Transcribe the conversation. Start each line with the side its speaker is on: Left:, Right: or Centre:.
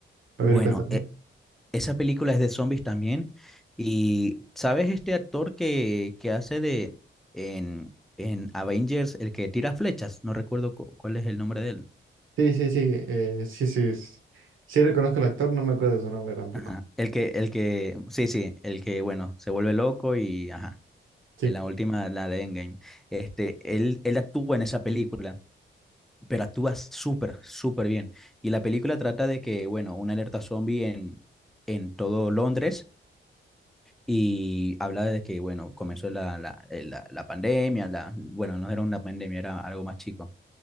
Right: A
Centre: Bueno,
Right: ver, cuéntame.
Centre: e- Esa película es de zombies también. Y, ¿sabes este actor que, que hace de en, en Avengers, el que tira flechas? No recuerdo cu- cuál es el nombre de él.
Right: Sí, sí, sí, eh, sí, sí, es- sí, reconozco al actor, no me acuerdo de su nombre tampoco.
Centre: Ajá. El que, el que, sí, sí, el que, bueno, se vuelve loco y, ajá,
Right: Sí,
Centre: en la última, la de Endgame. Este, él, él actúa en esa película, pero actúa súper, súper bien. Y la película trata de que, bueno, una alerta zombie en, en todo Londres y habla de que, bueno, comenzó la, la, eh, la- la pandemia, la, bueno, no era una pandemia, era algo más chico,